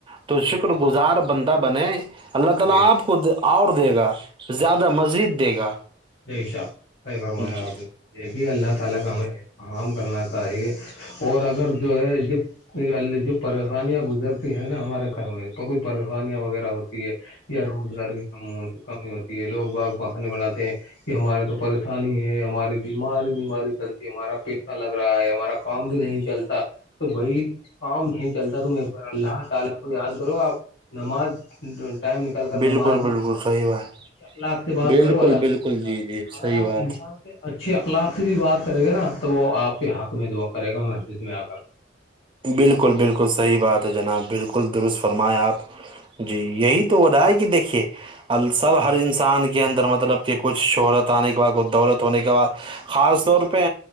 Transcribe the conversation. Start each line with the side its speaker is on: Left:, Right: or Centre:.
Left: بے
Right: تو شکر
Left: شک
Right: گزار بندہ بنے اللہ تعالی
Left: بے شک
Right: آپ کو اور دے گا زیادہ مزید دے گا
Left: بے شک صحیح فرمایا
Right: جی
Left: آپ نے دیکھیے اللہ تعالی کا ہمیں اترام کرنا چاہیے اور اگر جو ہے ج ال جو پریشانیاں گزرتی ہے نا ہمارے گھر میں تو کوئی پریشانیاں وغیرہ ہوتی ہے یا روزگار کی ک کمی ہوتی ہے لوگ باگ بہانے بناتے ہیں کہ ہمارے تو پریشانی ہے ہماری بیماری بیماری چلتی ہمارا پیسہ لگ رہا ہے ہمارا کام بھی نہیں چلتا تو بھائی کام نہیں چلتا تم ایک بار اللہ تعالی کو یاد کرو آپ نماز ٹائم نکل کر نماز
Right: بالکل بالکل
Left: نہیں جائے
Right: صحیح بات
Left: اچے اخلاق سے بات
Right: بالکل
Left: کرو الحمد
Right: بالکل جی جی
Left: اگر
Right: صحیح
Left: آپ
Right: بات
Left: انسان اچھے اخلاق سے بھی بات کرے گا نا تو وہ آپ کے حق میں دعا کرے گا مسجد میں آ کر
Right: بالکل بالکل صحیح بات ہے جناب بالکل درست فرمائیں آپ جی یہی تو ہو رہا ہے کہ دیکھیے ال سب ہر انسان کے اندر مطلب کہ کچھ شہرت آنے کے بعد کچھ دولت ہونے کے بعد خاص طور پہ